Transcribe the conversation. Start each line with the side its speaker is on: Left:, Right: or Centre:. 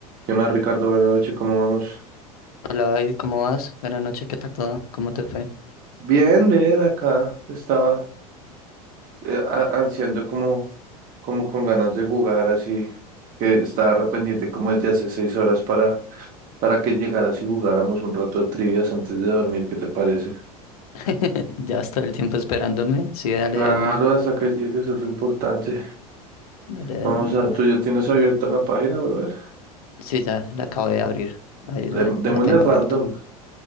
Right: ¿Qué más, Ricardo? Buenas noches, ¿cómo vamos?
Left: Hola David, ¿cómo vas? Buenas noches, ¿qué tal todo? ¿Cómo te fue?
Right: Bien, bien, acá estaba eh, a- ansiando como, como con ganas de jugar, así que estaba arrepentido como desde hace seis horas para, para que llegaras y jugáramos un rato de trivias antes de dormir, ¿qué te parece?
Left: <laughs> Ya vas todo el tiempo esperándome. Sí, dale
Right: Claro,
Left: de una,
Right: hasta que llegues es lo importante.
Left: dale de
Right: Vamos
Left: una, de
Right: a,
Left: una.
Right: tú ya tienes abierta la página, brother.
Left: Sí, ya la acabo de abrir. Ahí la,
Right: Dem- démosle
Left: la tengo
Right: random.
Left: abierta.